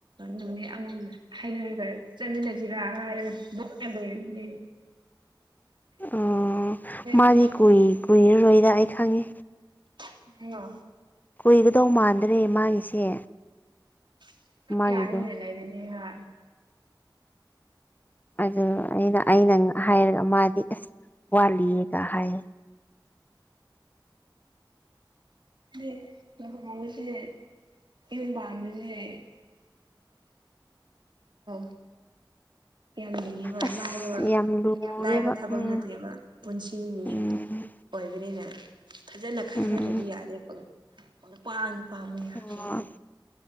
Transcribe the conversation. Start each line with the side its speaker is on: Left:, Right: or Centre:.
Right: ꯅꯨꯃꯤꯠ ꯑꯃꯝ ꯍꯥꯏꯅꯔꯒ ꯆꯠꯃꯤꯟꯅꯁꯤꯔꯥ ꯍꯥꯏꯔꯒ ꯗ <unintelligible>
Left: ꯑꯣ ꯃꯥꯗꯤ
Right: ꯄꯨꯂꯞ
Left: ꯀꯨꯏ ꯀꯨꯏꯔꯔꯣꯏꯗ ꯑꯩ ꯈꯪꯉꯤ
Right: <unintelligible> ꯉ
Left: ꯀꯨꯏꯒꯗꯧ ꯃꯥꯟꯗ꯭ꯔꯦ ꯃꯥꯒꯤꯁꯦ
Right: <unintelligible>
Left: ꯃꯥꯒꯤꯗꯣ
Right: ꯌꯥꯔꯤꯅꯦ ꯂꯩꯔꯗꯤ ꯍꯥ
Left: ꯑꯗꯨ ꯑꯩꯅ ꯑꯩꯅ ꯍꯥꯏꯔꯒ ꯃꯥꯗꯤ ꯑꯦꯁ ꯋꯥꯠꯂꯤꯌꯦꯒ ꯍꯥꯏꯌꯦ
Right: <unintelligible> ꯁꯦ ꯌꯨꯝ ꯄꯥꯟꯕꯁꯦ <unintelligible> <inaudible> ꯌꯥꯝ ꯂꯨꯏꯌꯦꯕ
Left: ꯑꯁ
Right: ꯂꯥꯏꯕ
Left: ꯌꯥꯝ ꯂꯨꯔꯦꯕ
Right: ꯂꯥꯏꯕ ꯊꯕꯛ
Left: ꯎꯝ
Right: ꯅꯠꯇꯦꯕ ꯄꯨꯟꯁꯤꯒꯤ
Left: ꯎꯝ
Right: ꯑꯣꯏꯕꯅꯤꯅ ꯐꯖꯅ ꯈꯟꯊꯔꯗꯤ
Left: ꯎꯝ
Right: ꯌꯥꯗꯦ ꯅꯨꯄꯥ ꯑꯝꯇ ꯄꯥꯝꯃꯨ <unintelligible>
Left: ꯑꯣ